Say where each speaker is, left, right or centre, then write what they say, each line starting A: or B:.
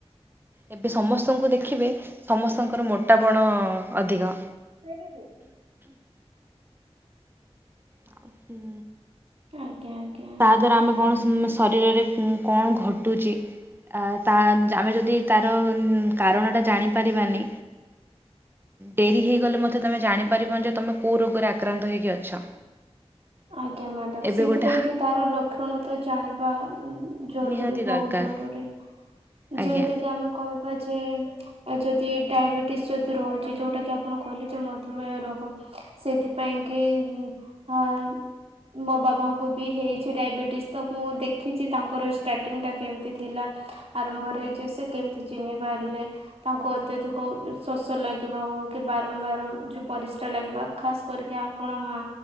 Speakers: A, on the right (about 20°); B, on the right (about 65°).
A: ଏବେ ସମସ୍ତଙ୍କୁ ଦେଖିବେ ସମସ୍ତଙ୍କର ମୋଟା ପଣ ଅଧିକ
B: ନେବେ
A: ହୁଁ
B: ଆଜ୍ଞା ଆଜ୍ଞା
A: ସାର ଆମେ କଣ ଶୁଣିଲେ ଶରୀରରେ କଣ ଘଟୁଛି ତାହା ଆମେ ଯଦି କାରଣଟା ଜାଣିପାରିବାନି ଡେରି ହେଇଗଲେ ମଧ୍ଯ ତମେ ଜାଣିପାରିବ ଯେ ତମେ କୋଉ ରୋଗରେ ଆକ୍ରାନ୍ତ ହେଇକି ଅଛ।
B: ଆଜ୍ଞା ମ୍ୟାଡାମ
A: ଏବେ
B: ସେଥିପାଇଁ
A: ଗୋଟେ
B: କି ତାର ଲକ୍ଷଣ ତ ଜାଣିବା ଜରୁରୀ
A: ନିହାତି
B: ବହୁତ
A: ଦରକାର
B: ଜରୁରୀ
A: ଆଜ୍ଞା।
B: ଯେମିତି କିି ଆମେ କହିବା ଯେ ଆଉ ଯଦି ଡାଇବେଟିସ ଯଦି ରହୁଛି ଯୋଉଟା କି ଆପଣ କହିଲେ ଯେ ମଧୁମେହ ରୋଗ। ସେଇଥିପାଇଁ କି ହା ମୋ ବାବାଙ୍କୁ ବି ହେଇଛି ଡାଇବେଟିସ୍ ତ ମୁଁ ଦେଖିଛି ତାଙ୍କର ଷ୍ଟାର୍ଟିଂଟା କେମିତି ଥିଲା। ଆରମ୍ଭରେ ଯେ ସେ କେମିତି ଚିହ୍ନି ପାରିଲେ। ତାଙ୍କୁ ଅତ୍ୟଧିକ ଶୋଷ ଲାଗିବା ହଉ କି ବାରମ୍ବାର ଯ ପରିସ୍ରା ଲାଗିବା ଖାସ କରିକି ଆପଣ। ହଁ